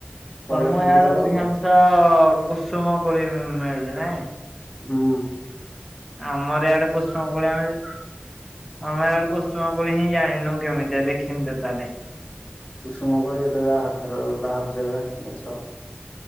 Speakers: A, on the left; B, in the centre.
A: ପଇଡ
B: ତମ
A: ପିଇଦବ
B: ଇଆଡେ ଅଧିକାଂଶ
A: ଆଉ
B: ତ କୁସୁମ କୋଳି ମିଳୁଛି ନାଇଁ
A: ହୁଁ
B: ଆମର ଇଆଡେ କୁସୁମ କୋଳି ମିଳେ। ଆମେ ଇଆଡ଼େ କୁସୁମ କୋଳି ହିଁ ଜାଣିନୁ କେମିତିଆ ଦେଖିନୁ ତା ହେଲେ
A: କୁସୁମ କୋଳି ଏବେ ବାହାର ଥିଲ ବାହାରୁଛି ଏବେ ଗଛ